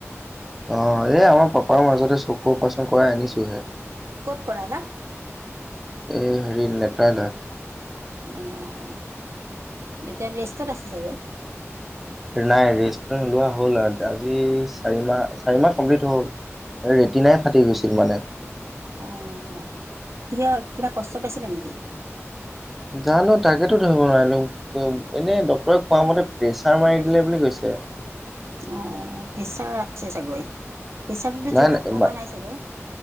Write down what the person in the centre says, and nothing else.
অ' এই আমাৰ পাপাৰ মাজতে চকু অপাৰেশ্যন কৰাই আনিছোঁ হে।
এই হেৰি নেট্ৰালয়।
নাই ৰেষ্টু লোৱা হ'ল আৰু আজি চাৰিমাহ চাৰিমাহ কমপ্লিট হ'ল। এই ৰেতিনাই ফাটি গৈছিল মানে।
জানোঁ তাকেতো ধৰিব নোৱাৰিলোঁ। এনে ডক্তৰে কোৱা মতে প্ৰেছাৰ মাৰি দিলে বুলি কৈছে।
নাই
মা-